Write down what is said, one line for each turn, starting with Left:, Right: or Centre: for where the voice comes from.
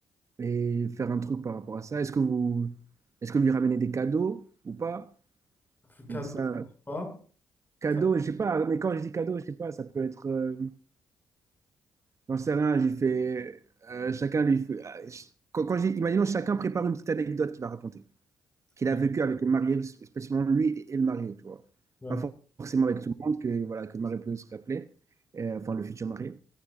Right: et faire un truc par rapport à ça. Est-ce que vous, est-ce que lui ramener des cadeaux ou pas?
Left: Plus cadeau,
Right: Donc ça,
Left: pas.
Right: cadeaux,
Left: Ça,
Right: je sais pas, mais quand je dis cadeaux, je sais pas, ça peut être, euh, j'en sais rien, j'ai fait, euh, chacun lui fait, ah, je- quand, quand je dis- imaginons chacun prépare une petite anecdote qu'il va raconter, qu'il
Left: ouais,
Right: a vécu avec le marié, spécialement lui et, et le marié, tu vois.
Left: ouais.
Right: Pas for- forcément avec tout le monde, que, voilà, que le marié peut se rappeler, euh, enfin le futur marié.